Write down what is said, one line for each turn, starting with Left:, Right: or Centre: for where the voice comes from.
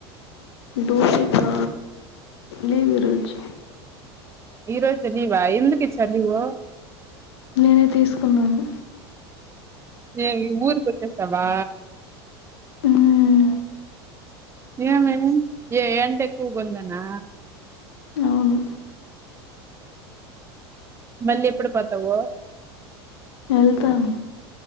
Left: డూటికా. లేవ్ ఈరోజు.
Right: ఈరోజు నీవా ఎందుకి ఇచ్చ నువ్వు
Left: నేనే తీసుకున్నాను
Right: ఏ ఈ ఊర్కి వచ్చేస్తావా
Left: ఉమ్,
Right: నిమే ఏ ఎండ ఎక్కువగా ఉందనా
Left: అవును
Right: మళ్ళీ ఎప్పుడు పోతావ్
Left: వెళ్తాన్